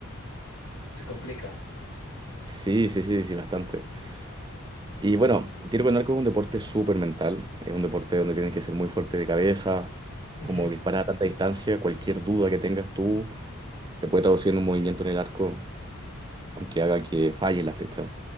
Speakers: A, on the left (about 80°); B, on the right (about 20°).
A: se complica.
B: Sí, sí, sí, sí, bastante. Y bueno, tiro con arco es un deporte súper mental. Es un deporte donde tienes que ser muy fuerte de cabeza,
A: Ujú.
B: como disparar a tanta distancia. Cualquier duda que tengas tú se puede traducir en un movimiento en el arco que haga que falle la flecha.